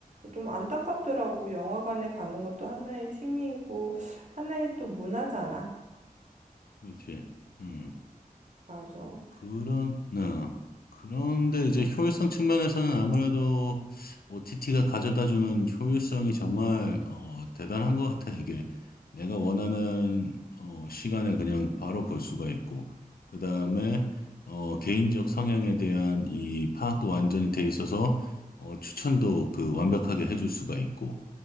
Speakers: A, on the right; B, on the left.
A: 좀 안타깝더라고. 영화관에 가는 것도 하나의 취미이고 하나의 또 문화잖아.
B: 그렇지. 음.
A: 맞아.
B: 그런, 네. 그런데 이제 효율성 측면에서는 아무래도 OTT가 가져다주는 효율성이 정말 어, 대단한 것 같아. 이게 내가 원하는 어, 시간에 그냥 바로 볼 수가 있고, 그 다음에 어, 개인적 성향에 대한 이 파악도 완전히 돼 있어서 어, 추천도 그 완벽하게 해줄 수가 있고,